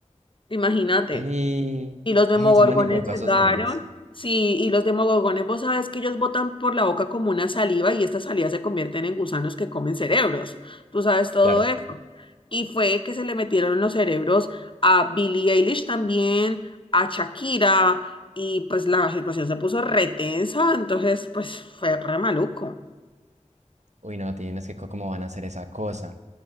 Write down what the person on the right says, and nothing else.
Ay,
ay, ese man invoca
a esos manes.
Claro.
Uy, no, tienes que co- cómo van a hacer esa cosa.